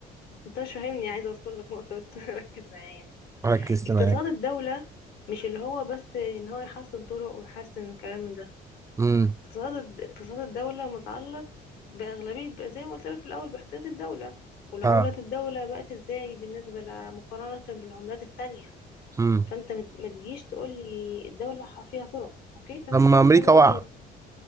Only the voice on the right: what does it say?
ركزت
معاك
امم
اه
امم
لما امريكا
وقع